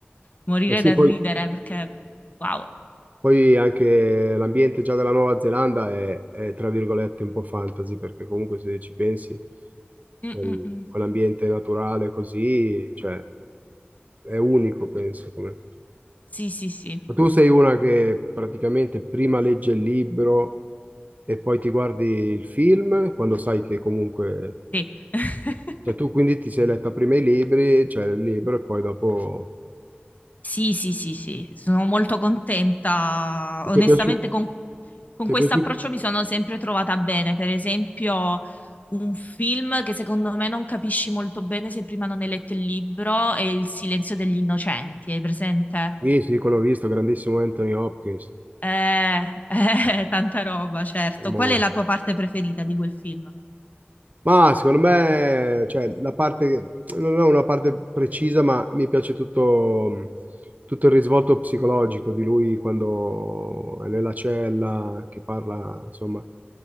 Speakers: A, on the left (about 40°); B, on the right (about 40°).
A: morire
B: Eh sì,
A: dal
B: poi,
A: ridere perché, wow.
B: poi anche l'ambiente già della Nuova Zelanda è, è, tra virgolette, un po' fantasy, perché comunque se ci pensi,
A: Mm,
B: quel-
A: mm, mm.
B: quell'ambiente naturale così, cioè, è unico, penso, come...
A: Sì, sì, sì.
B: Ma tu sei una che praticamente prima legge il libro e poi ti guardi il film, quando sai che comunque...
A: Sì. <laughs>
B: Cioè tu quindi ti sei letta prima i libri, cioè il libro e poi dopo...
A: Sì, sì, sì, sì, sono molto contenta.
B: e
A: Onestamente,
B: Ti è piaciuto?
A: con, con
B: Ti
A: questo
B: è piaciuto?
A: approccio mi sono sempre trovata bene. Per esempio, un film che secondo me non capisci molto bene se prima non hai letto il libro è Il silenzio degli innocenti. Hai presente?
B: Sì, sì, quello ho visto, grandissimo Anthony Hopkins.
A: Eh, <laughs> eh, tanta roba, certo.
B: Mo-
A: Qual è la tua parte preferita di quel film?
B: Ma secondo me, cioè, la parte, non ho una parte precisa, ma mi piace tutto, tutto il risvolto psicologico di lui quando è nella cella, che parla, insomma,